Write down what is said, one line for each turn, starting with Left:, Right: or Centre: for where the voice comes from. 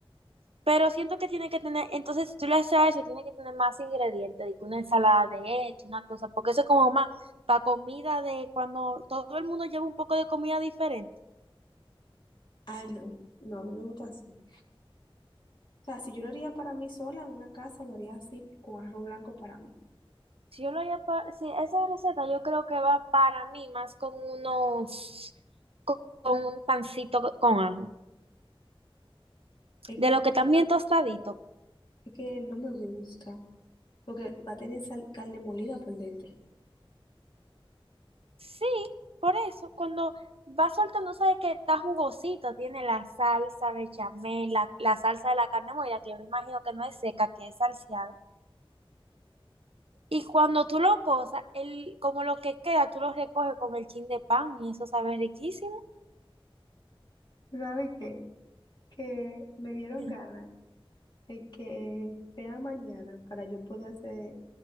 Right: Pero siento que tiene que tener, entonces si tú le haces a eso, tiene que tener más ingredientes, de que una ensalada de esto, una cosa, porque eso es como más para comida de cuando todo el mundo lleva un poco de comida diferente.
Left: Ah, no, no, a mí me gusta así. O sea, si yo lo haría para mí sola en una casa, lo haría así con arroz blanco para mí.
Right: Si yo lo haría para, si esa receta yo creo que va para mí más con unos, con, con un pancito co- con ajo,
Left: Es
Right: de
Left: que,
Right: lo que también tostadito.
Left: es que no me gusta, porque va a tener sal- carne molida por dentro.
Right: Sí, por eso, cuando va soltando, sabes que está jugosito, tiene la salsa bechamel, la, la salsa de la carne molida, que yo me imagino que no es seca, que es salseada. Y cuando tú lo cosas, el, como lo que queda, tú lo recoges con el chin de pan y eso sabe riquísimo.
Left: ¿Sabe qué? Que me dieron
Right: Mira,
Left: ganas de que sea mañana para yo poder hacer